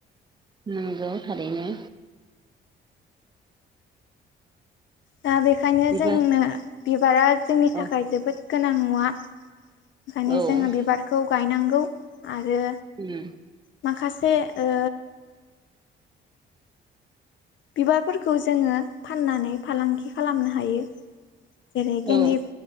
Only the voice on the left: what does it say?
दा बेखायनो
जोंनो बिबारा जोंनि थाखाय
जोबोद गोनां मुवा। ओंखायनो
जोङो बिबारखौ गायनांगौ आरो
माखासे ओ बिबारफोरखौ जोङो फाननानै फालांगि खालामनो हायो। जेरै
गेन्दि